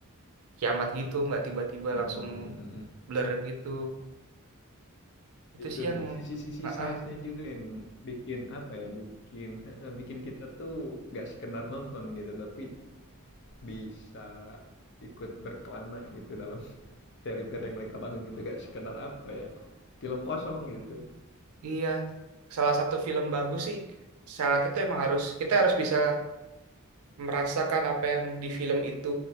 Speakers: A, on the right; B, on the left.
A: kiamat gitu nggak tiba-tiba
B: Hmm,
A: langsung
B: hmm, hmm, hmm.
A: blur gitu itu
B: itu
A: sih yang
B: sih sisi-sisi
A: ah
B: sainsnya
A: ah,
B: juga yang bikin apa ya bikin heeh, bikin kita tuh nggak sekedar nonton gitu tapi bisa ikut berkelana gitu dalam <laughs> teori-teori yang mereka bangun gitu gak sekedar apa ya film kosong gitu
A: iya salah satu film bagus sih syaratnya tuh emang harus kita harus bisa merasakan apa yang di film itu